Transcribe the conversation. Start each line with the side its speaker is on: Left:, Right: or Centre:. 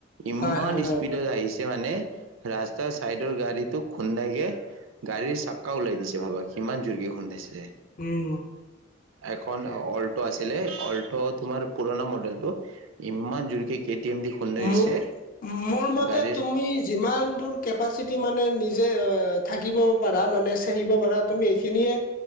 Right: ইমান
Left: হয় হয় হয়
Right: স্পীডত আহি ছে মানে, ৰাস্তাৰ ছাইডৰ গাড়ীটো খুন্দাইকে গাড়ীৰ চাক্কা ওলাই দিছে ভাবা, কিমান জোৰকে খুন্দাই ছে?
Left: উম
Right: এখন অ'ল্টো আছিলে। অ'ল্টো তোমাৰ পুৰণা মডেলটো। ইমান জোৰকে কে টি এম দি খুন্দাই দিছে
Left: মোৰ মোৰ মতে
Right: গাড়ীৰ
Left: তুমি যিমান দূৰ কেপাচিটি মানে নিজে অ' থাকিব পাৰা, মানে চেহিব পাৰা, তুমি এইখিনিয়ে